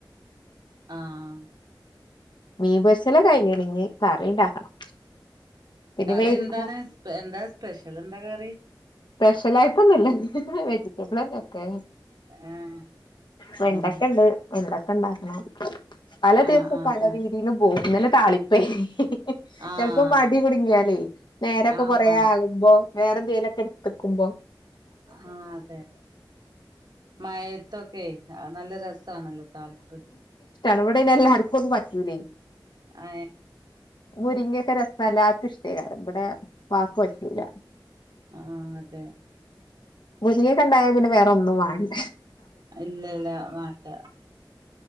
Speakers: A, on the right (about 60°); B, on the left (about 65°).
A: ആഹ് ആഹ്
B: മീൻ പൊരിച്ചല് ഒക്കെ കഴിഞ്ഞീണ് ഇനി കറി ഇണ്ടാക്കണം പിന്നെ
A: കറി
B: വൈകുന്നേ
A: എന്താണ് സ്പെ എന്താ സ്പെഷ്യലെന്താ കറി
B: സ്പെഷ്യൽ ആയിട്ട് ഒന്നുല്ല ഇന്ന് ആ വെജിറ്റബിൾ എന്തൊക്കെ
A: ഏഹ്
B: വെണ്ടക്ക
A: ആണോ
B: ഇണ്ട് വെണ്ടക്ക് ക്കെണ്ടാക്കണം പല ദിവസം
A: ആഹ് ആഹ്
B: പല
A: ആഹ്
B: രീതിയിലും പോകും ഇന്നലെ താളിപ്പേയ്നി
A: ആഹ്
B: ചെലപ്പം മടി കുടുങ്ങിയാലേ നേരെക്കെ
A: ആഹ്
B: കൊറെ
A: മഴ
B: ആകുമ്പോ വേറെ എന്തെങ്കിലും ഒക്കെ- വെക്കുമ്പോ
A: ആ അതെ മഴയത്തു ഓക്കെ നല്ല രസമാണല്ലോ താളിപ്പ്
B: ണവിടേ <unintelligible> ന്നെല്ലാർക്കും അത പറ്റൂല്ലേ
A: ആ
B: മുരിങ്ങക്കാ രസം എല്ലാർക്കും ഇഷ്ടേ ഇവിടെ വാപ്പാക്ക് പറ്റൂല
A: ആഹ അതെ
B: മുരിങ്ങകണ്ടായ പിന്നെ വേറെ ഒന്നും വേണ്ട
A: ഇല്ല ഇല്ല വേണ്ട